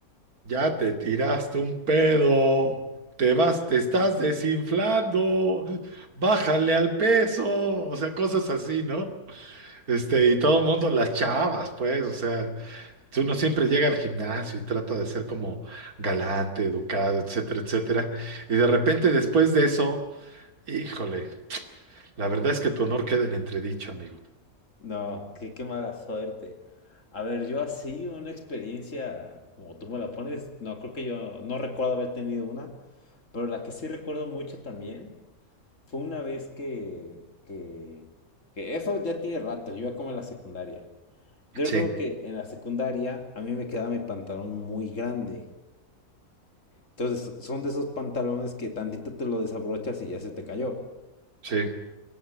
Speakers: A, on the right; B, on the left.
A: ya te tiraste un pedo, te vas, te estás desinflando, bájale al peso, o sea, cosas así, ¿no? Este, y todo el mundo, las chavas, pues, o sea, si uno siempre llega al gimnasio y trata de ser como galante, educado, etcétera, etcétera, y de repente después de eso, híjole, la verdad es que tu honor queda en entredicho, amigo.
B: <laughs> no, qué, qué mala suerte. A ver, yo así una experiencia, como tú me la pones, no creo que yo, no recuerdo haber tenido una, pero la que sí recuerdo mucho también fue una vez que, que, que eso ya tiene rato, yo iba como en la secundaria. Yo
A: Sí,
B: recuerdo que en la secundaria a mí me quedaba mi pantalón muy grande. Entonces son de esos pantalones que tantito te lo desabrochas y ya se te cayó.
A: sí,